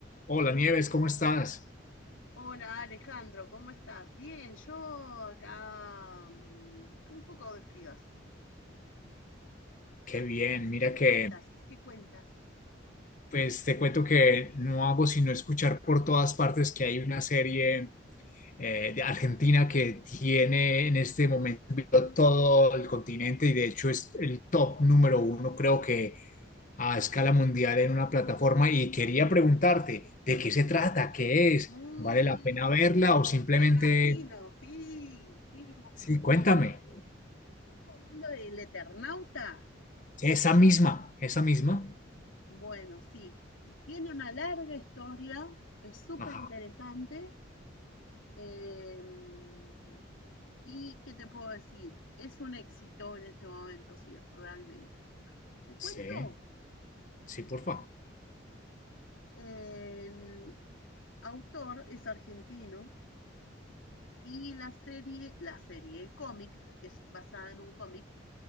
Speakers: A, on the left; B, on the left.
A: Hola Nieves, ¿cómo estás?
B: Hola Alejandro, ¿cómo estás? Bien, yo acá mm, un poco de frío hace.
A: Qué bien,
B: ¿Qué,
A: mira
B: qué
A: que
B: cuentas? ¿Qué cuentas?
A: pues te cuento que no hago sino escuchar por todas partes que hay una serie eh, de Argentina que tiene en este momento todo el continente y de hecho es el top número uno, creo que a escala mundial en una plataforma y quería preguntarte, ¿de qué se trata? ¿Qué es?
B: Mm,
A: ¿Vale la pena verla o simplemente,
B: me imagino, sí, sí, me imagino.
A: sí,
B: ¿Estás
A: cuéntame,
B: hablando del Eternauta?
A: esa misma, esa misma?
B: Bueno, sí, tiene una larga historia, es súper
A: Ajá,
B: interesante. em, ¿y qué te puedo decir? Es un éxito en este momento, sí, realmente. Te cuento,
A: sí. Sí, porfa.
B: en- autor es argentino y la serie, la serie, el cómic, porque es basada en un cómic,